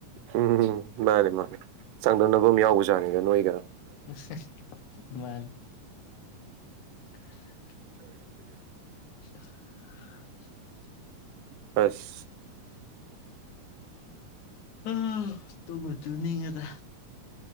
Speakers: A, on the right; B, on the left.
A: ꯎꯝ ꯃꯥꯅꯦ ꯃꯥꯅꯦ ꯆꯥꯡꯗꯝꯅꯕ ꯑꯃ ꯌꯥꯎꯕꯖꯥꯅꯤꯗ ꯅꯣꯏꯒꯥ
B: ꯁ ꯍꯝ ꯃꯥꯅꯤ <unintelligible> <unintelligible>
A: ꯑꯥꯁ
B: ꯑ ꯇꯨꯝꯕꯨ ꯇꯨꯝꯅꯤꯡꯉꯦꯗꯥ